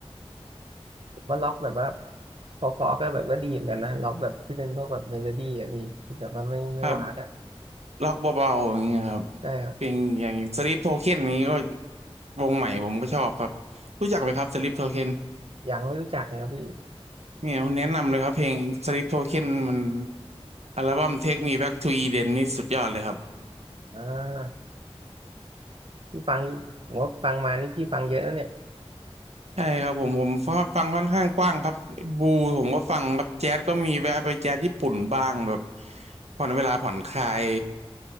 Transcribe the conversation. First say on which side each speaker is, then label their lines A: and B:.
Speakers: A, on the right (about 55°); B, on the right (about 80°).
A: ว่าล็อกแบบว่าพอๆก็แบบก็ดีเหมือนกันนะล็อกแบบที่เป็นพวกแบบเมโลดี้อ่ะพี่ที่แบบว่าไม่ไม่วากอ่ะ
B: ครับล็อกเบาๆอย่างเงี้ยครับ
A: ใช่ครับ
B: เพลงอย่างสลิปโทเค็นนี้ก็ วงใหม่ผมก็ชอบครับรู้จักไหมครับสลิปโทเค็น
A: ยังไม่รู้จักนะครับพี่
B: เนี่ยแนะนำเลยครับเพลงสลิปโทเค็นมันอัลบั้ม Take Me Back to Eden นี่สุดยอดเลยครับ
A: อ่าพี่ฟังผมว่าฟังมานี่พี่ฟังเยอะนะเนี่ย
B: ใช่ครับผมผมฟังค่อนข้างกว้างครับบูผมก็ฟังครับแจ๊สก็มีแวะไปแจ๊สญี่ปุ่นบ้างแบบผ่อนเวลาผ่อนคลาย